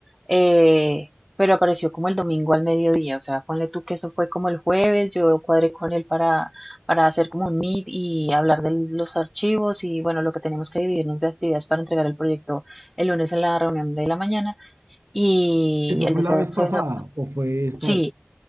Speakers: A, in the centre; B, on the right.
A: Eh, pero apareció como el domingo al mediodía, o sea, ponle tú que eso fue como el jueves, yo cuadré con él para, para hacer como un meet y hablar de los archivos y bueno, lo que tenemos que dividirnos de actividades para entregar el proyecto el lunes en la reunión de la mañana. Y
B: ¿Eso
A: el
B: fue
A: de
B: la
A: Cé-
B: vez
A: César,
B: pasada o fue esta
A: sí,
B: vez?